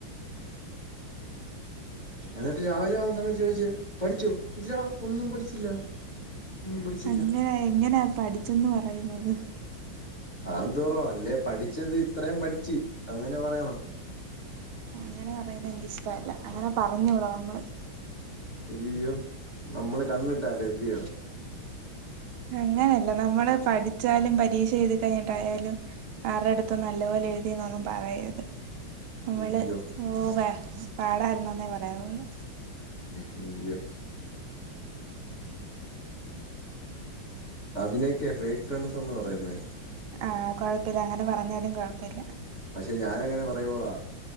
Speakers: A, on the left (about 25°); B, on the right (about 80°).
A: എന്നിട്ട് രാവിലെ വന്ന സമയത്ത് ചോദിച്ചു പഠിച്ചോ ഇല്ലടാ ഒന്നും പഠിച്ചില്ല ഒന്നും പഠിച്ചില്ല
B: അങ്ങനെ എങ്ങനാ പഠി ചന്ന് പറയുന്നത്
A: ആന്തോറവാ അല്ലേ പഠിച്ചത് ഇത്രേം പഠിച്ചി അങ്ങനെ പറയണം
B: അങ്ങനെ പറയുന്ന എനിക്ക് ഇഷ്ടല്ല അങ്ങനെ പറഞ്ഞൂടാ നമ്മള്
A: ഇയ്യോ നമ്മള് കണ്ണിട്ടാലോ ഇല്യോ
B: അങ്ങനല്ല നമ്മള് പഠിച്ചാലും പരീക്ഷ എഴുതി കഴിഞ്ഞിട്ടായാലും ആരുടെ അടുത്തും നല്ല പോലെ എഴുതിയെന്നൊന്നും പറയത് നമ്മള്
A: അയ്യോ
B: ഓവേ പാടായിരുന്നന്നേ പറയാവൊള്ളു
A: ഉം യ്യോ അതിനേക്കെയാ ഫേക്ക് ഫ്രണ്ട്സെന്ന് പറയുന്നേ
B: ആ കൊഴപ്പില്ല അങ്ങനെ പറഞ്ഞാലും കൊഴപ്പില്ല
A: പക്ഷെ ഞാനങ്ങനെ പറയുവോടാ